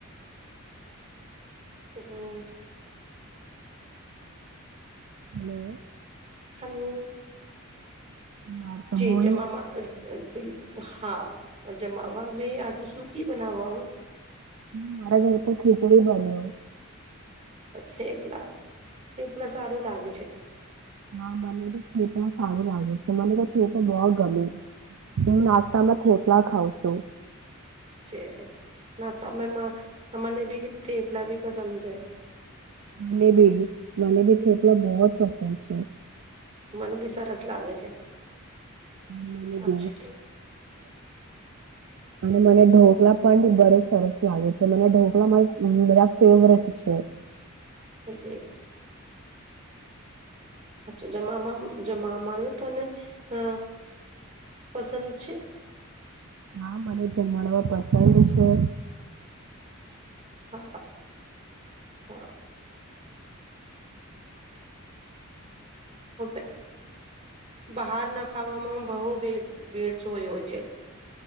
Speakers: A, on the right; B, on the right.
A: હું
B: હલો
A: હલો.
B: માર તો
A: જી
B: બોલું
A: જમામાં અ બિ હા જમમામા મે આજ સુકી બનાવા
B: મારા ઘરે તો ખીચડી બન્યો.
A: થેપલા થેપલા સારું લાગે છે.
B: હા, મને તો ખેતમાં સારું લાગે છે, મને તો ખેત બહ ગમે હું નાસ્તામાં થેપલા ખાવ છું,
A: છે નાસ્તા મને ભી કથી પલા ભી પસંદ છે,
B: મને ભી મને બી ખેપલો બહુ જ પસંદ છે,
A: મન બી સરસ લાગે છે,
B: મ બી
A: અચ્છા
B: અને મને ઢોકલા પણ બ સરસ લાગે છે, મને ઢોકળા મા બરા ફેવરેટ છે,
A: હ જી અચ્છા જમાવામાં જમામાની તને અ પસંદ છે,
B: હા, મને જન્માડવા પસંદ છે,
A: હા હા હ બહાર ના ખાવામાં બહુ ભ ભેડસોયો છે,